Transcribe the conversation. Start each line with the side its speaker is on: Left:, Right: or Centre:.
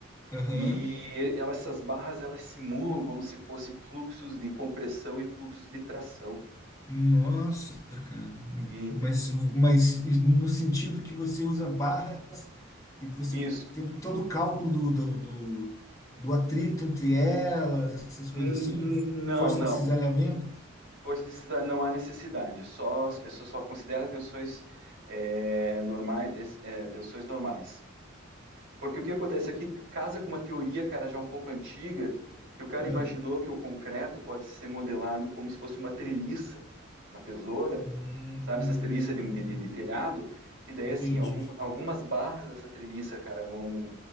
Left: Aham.
Right: E elas, essas barras elas simulam como se fossem fluxos de compressão e fluxos de tração.
Left: Nossa, cara.
Right: E
Left: Mas, mas no sentido que você usa barras e você
Right: isso.
Left: tem todo o cálculo do, do, do, do atrito entre elas, essas coisas
Right: N-
Left: assim,
Right: Não,
Left: força
Right: não.
Left: de cisalhamento.
Right: Força de cidade não há necessidade. É Só, isso só considera tensões é, normais, é, é, tensões normais. Porque o que acontece aqui casa com uma teoria, cara, já um pouco antiga, que o cara
Left: Ah,
Right: imaginou que o concreto pode ser modelado como se fosse uma treliça, uma tesoura,
Left: hum,
Right: sabe? Essas treliças de, de- de telhado, que daí,
Left: entendi,
Right: assim, algum- algumas barras dessa treliça, cara, vão